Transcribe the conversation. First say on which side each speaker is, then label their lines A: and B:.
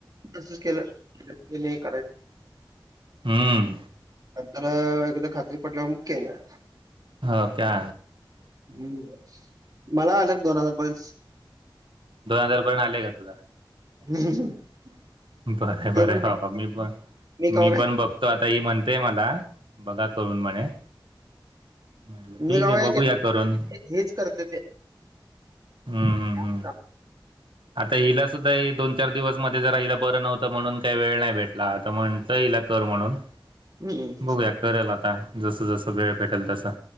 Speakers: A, on the right; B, on the right.
A: तसं केलं केलं कराय
B: हम्म
A: नंतर एकादा खात्री पटल्यावर मग केलं.
B: हो का.
A: हम्म मला आलंत दोन हजार पर्यंत.
B: दोन हजार पर्यंत आलेय का तुला?
A: <unintelligible>
B: बर-बर
A: ते पण
B: हो हो मी पण
A: कवा
B: मी
A: काय
B: पण बघतो आता ही म्हणतेय मला. बघा करून म्हणे. म्हटलं ठीके
A: मी कवा काय
B: बघूया
A: केलं
B: करून,
A: हेच करते ते
B: हम्म हम्म
A: काम.
B: आता हिला सुद्धा हे दोन चार दिवस म जरा हिला बरं नव्हतं म्हणून काही वेळ नाही भेटला आता म्हण म्हटलं इला कर म्हणून
A: हं.
B: बघूया करेल आता जसं जसं वेळ भेटेल तसं.